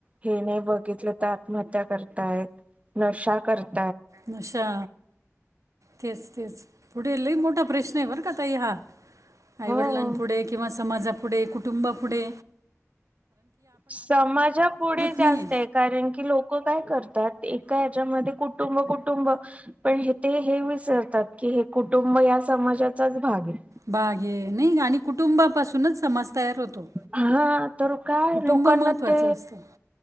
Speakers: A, on the right (about 25°); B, on the right (about 80°).
A: हे नाही बघितलं आत्महत्या करत्यात नशा करत्यात
B: नशा तेच तेच पुन्हा पुढे लय मोठा प्रश्न आहे बंर का ताई हा आईवडिलां
A: हो,
B: पुुढे किंवा समाजा पुढे कुटुंबा अ पुुढे
A: समाजा पुढे जास्तय
B: नाही
A: आहेय कारण की लोक काय करतात हयात ऐकाहयाच्यामध्ये कुटुंब कुटुंब पण हे ते हे विसरतात की हे कुुंटुब हो मग या समाजाचाच भाग आहे
B: बागे नाही आणि कुटुंबापासूनच समाज तयार होतो
A: हा ह तर काय
B: कुटुंब
A: लोकांना
B: महत्त्वाचं
A: ते
B: असतं